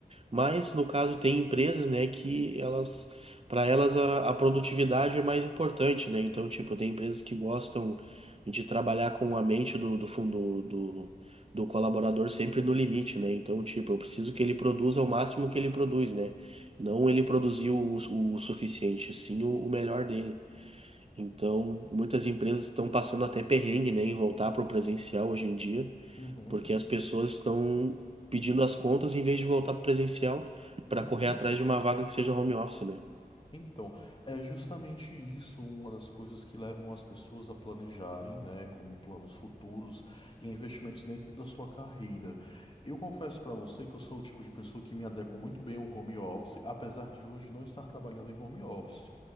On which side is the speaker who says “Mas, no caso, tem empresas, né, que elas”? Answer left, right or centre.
Right